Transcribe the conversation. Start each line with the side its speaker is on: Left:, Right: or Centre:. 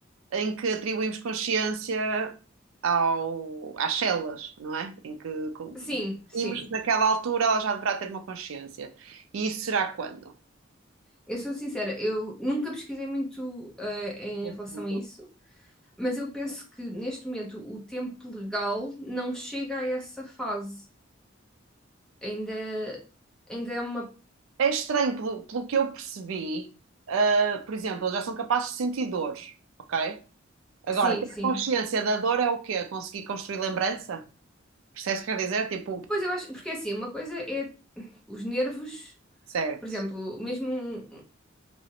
Right: em que atribuímos consciência ao, às células, não é? Em que co-
Centre: Sim, sim.
Right: definimos que naquela altura ela já deverá ter uma consciência. E isso será quando?
Centre: Eu sou sincera, eu nunca pesquisei muito eh, em
Right: Pergunto.
Centre: relação a isso, mas eu penso que neste momento o tempo legal não chega a essa fase. Ainda, ainda é uma.
Right: É estranho, pelo, pelo que eu percebi, ah, por exemplo, eles já são capazes de sentir dor, ok? Agora,
Centre: Sim,
Right: ter
Centre: sim.
Right: consciência da dor é o quê? Conseguir construir lembrança? Percebes o que quer dizer? Tipo,
Centre: Pois eu acho, porque assim, uma coisa é os nervos,
Right: certo.
Centre: por exemplo, mesmo, um-